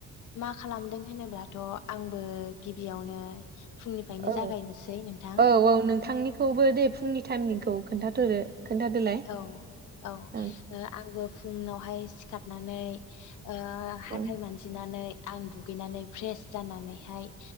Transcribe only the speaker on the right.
औ
औ औ नोंथांनिखौबो दे फुंनि टाइमिंखौ खोन्थाथ'दो। खोन्थादोलाय
ओं
ओं